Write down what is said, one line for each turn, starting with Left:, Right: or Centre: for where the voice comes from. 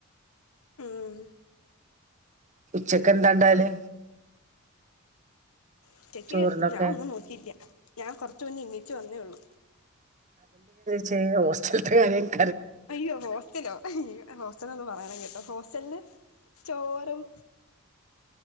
Left: ഉം
Right: ഉച്ചക്ക് എന്താണ്ടാല്
Left: ഉച്ചക്ക്
Right: ചോറിനൊക്കെ
Left: ഞാൻ ഒന്നും നോക്കില്ല ഞാൻ കൊറച്ചു മുന്നേ എണീച്ച് വന്നേള്ളു
Right: ച്ചെ ഹോസ്റ്റല് <unintelligible>
Left: അയ്യോ ഹോസ്റ്റലോ ഹോസ്റ്റലൊന്നും പറയണെ കേട്ടോ ഹോസ്റ്റലില് ചോറും